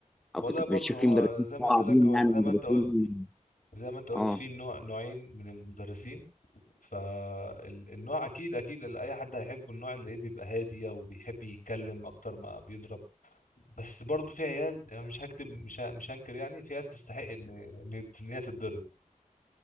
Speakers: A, in the centre; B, on the left.
A: او
B: والله
A: كنت
B: برضه
A: بتشوف
B: هو
A: في مدرسين
B: زي ما
A: صعبين
B: قلت لك هو
A: يعني
B: زي
A: مدرسين
B: ما انت قلت زي ما انت قلت
A: اه
B: في نوع نوعين من المدرسين فالنوع اكيد اكيد اللي اي حد هيحبه النوع اللي ايه بيبقى هادي او بيحب يتكلم اكتر ما بيضرب بس برضه في عيال يعني مش هكتب مش ه- مش هنكر يعني في عيال تستحق ان ان إن هي تتضرب